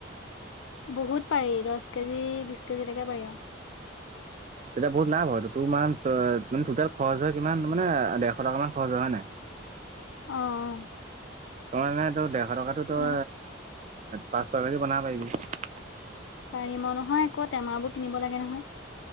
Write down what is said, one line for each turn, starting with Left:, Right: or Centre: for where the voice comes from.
Left: বহুত পাৰি, দছ কেজি বিছ কেজিলৈকে পাৰি আৰু।
Right: তেতিয়া বহুত লাভ হয়টো, তোৰ ইমান টোটেল খৰচ হয় কিমান মানে ডেৰশ টকা মান খৰচ হয় হয় নাই?
Left: অ', অ'।
Right: অ' এনে তোৰ ডেৰশ টকাটো তই
Left: নহয়
Right: পাঁচ, ছয় কেজি বনাব পাৰিবি।
Left: পৰিমো নহয় আকৌ টেমাবোৰ কিনিব লাগে নহয়।